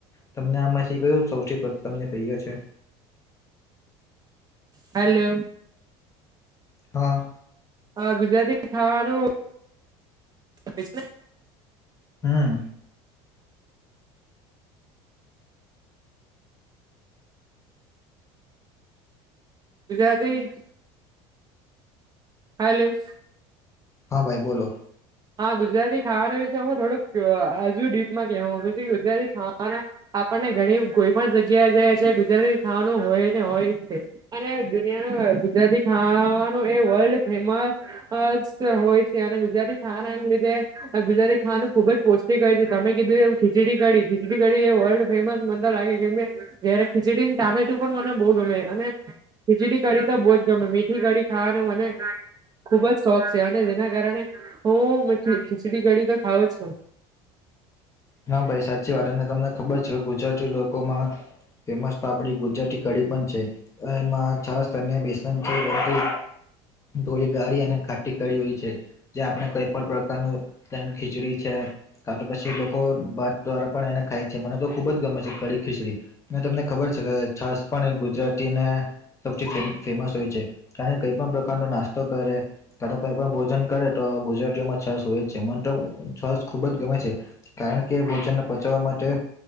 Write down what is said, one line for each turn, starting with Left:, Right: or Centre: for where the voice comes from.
Left: તમને આમાંથી ક સૌથી તમ એિયા છે.
Right: હલો
Left: હા
Right: હા, ગુજરાતી ખાવાનુંને
Left: હમ
Right: વિુજરાથી <unintelligible> હલો.
Left: હા ભાઈ બોલો.
Right: હા ગુજરાતી ખાવાનું વિશે હું થોડુંક હજુ ડીપમાં કેવા માગું છું. ગુજરાતી ખાવાના આપણને ઘણી કોઈ પણ જગ્યા જઈએ છે ગુજરાતી ખાવાનું હોય ને હોય છે અને દુનિયાનું ગુજરાતી ખાવાનું એ વર્લ્ડ ફેમસ હોય છે અને ગુજરાતી ખાવાના લીધે ગુજરાતી ખાવાનું ખુબ જ પૌષ્ટિક હોય, છે. તમે કીધું એ ખીચડી કડીી ખીચડી કડી વર્લ્ડ ફેમસ મંદર લાગે, કેમ જયારે ખીચડી ટામેટું પણ મને બહુ ગમે અને ખીચડી કી તો બહુજ ગમે મીઠી કી ખાવાનું મને ખુબ જ શોખ છે. અને જેના કારણે હ, ખીચડી કડી તો ખાવ છો
Left: હા, ભાઈ સાચી વાત અને તમને ખબર છે. ગુજરાતી લોકોમા ફેમસ આપડી ગુજરાતી કડીી પણ છે, એમાં છ બેસ છે. ધોળી ગાળી અને ખાટી કાઢી હોય છે. જે આપણે કઈ પણ પ્રકારનું તેમ ખીચડી છે. કાુ, પછી લોકો આ ભાત દ્વારાા પણ એને ખાય છે. મને તો ખૂબ જ ગમે છે. કડીી ખીચડી અને તમને ખબર છે, છાસ પણ ગુજરાતીને સૌથી ફેમસ હોય છે. કારણ કઈ પણ પ્રકારનો, નાસ્તો કરે કો કઈ પણ ભોજન કરે, તો ગુજરાતીઓમાં છસ, હોય જ છેમ, તો છસ ખુબ જ ગમે છે કારણ, કે ભોજનને પચાવવા માટે